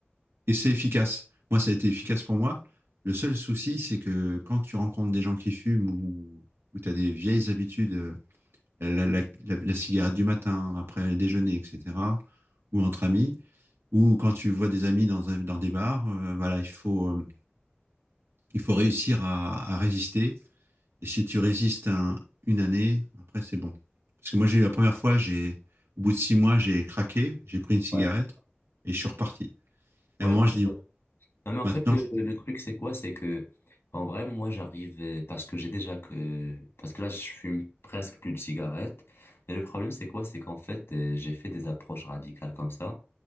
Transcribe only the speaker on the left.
Ouais.
Ouais,
Non, mais en
fait, le, le truc, c'est quoi? C'est que, en vrai, moi, j'arrive, euh, parce que j'ai déjà que, parce que là, je fume presque plus de cigarettes. Mais le problème, c'est quoi? C'est qu'en fait, euh, j'ai fait des approches radicales comme ça,